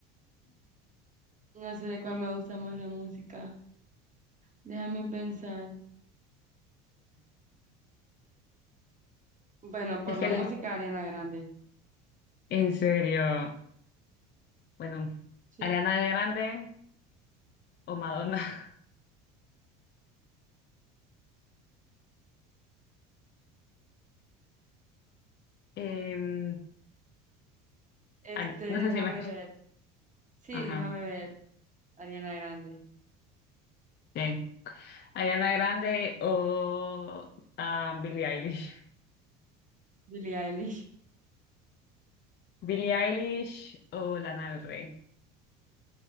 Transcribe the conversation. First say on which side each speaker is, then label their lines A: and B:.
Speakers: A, on the right; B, on the left.
A: No sé de cuál me gusta más la música. Déjame pensar. Bueno, por
B: Es
A: la
B: que
A: música
B: le-
A: Ariana Grande.
B: En serio. Bueno,
A: Sí.
B: Ariana Grande o Madonna. <laughs> Em,
A: Este,
B: Ari-
A: déjame
B: no sé si me...
A: ver. Sí,
B: Ajá,
A: déjame ver. Ariana Grande.
B: bien. Ariana Grande o ah, Billie Eilish.
A: Billie Eilish.
B: Billie Eilish o Lana del Rey.